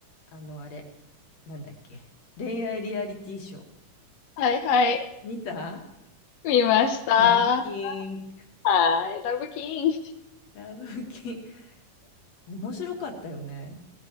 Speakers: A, on the left (about 55°); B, on the left (about 75°).
A: あの、あれ、なんだっけ。恋愛リアリティショー。
B: はいはい。
A: 見た
B: 見ました。
A: ラブキン。
B: はい。ラブキン。い
A: ラブキン。面白かったよね。